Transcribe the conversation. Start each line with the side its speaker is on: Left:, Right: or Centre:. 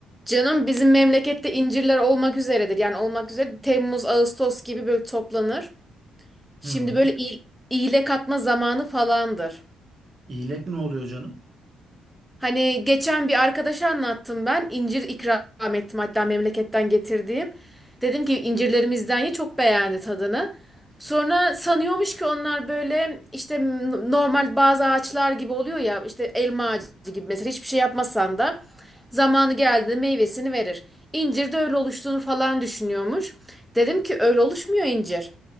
Centre: Canım bizim memlekette incirler olmak üzeredir. Yani olmak üzere Temmuz, Ağustos gibi böyle toplanır.
Right: Hı.
Centre: Şimdi böyle il- iyile katma zamanı falandır.
Right: İyilek ne oluyor canım?
Centre: Hani geçen bir arkadaşa anlattım ben. İncir ikram ettim hatta memleketten getirdiğim. Dedim ki incirlerimizden ye çok beğendi tadını. Sonra sanıyormuş ki onlar böyle işte normal bazı ağaçlar gibi oluyor ya işte elma ağacı gibi mesela hiçbir şey yapmasan da zamanı geldiğinde meyvesini verir. İncir de öyle oluştuğunu falan düşünüyormuş. Dedim ki öyle oluşmuyor incir.